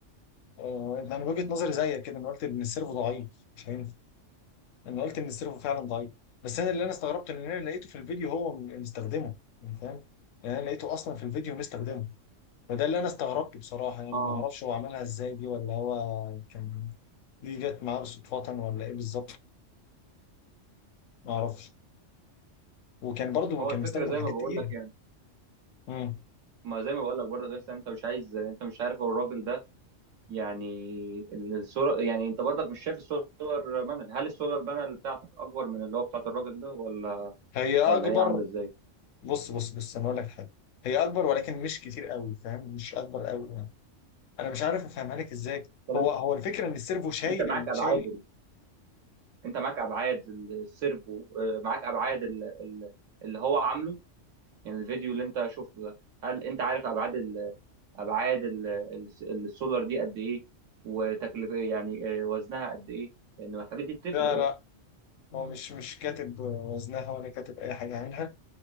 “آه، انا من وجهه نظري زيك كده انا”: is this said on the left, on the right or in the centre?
Left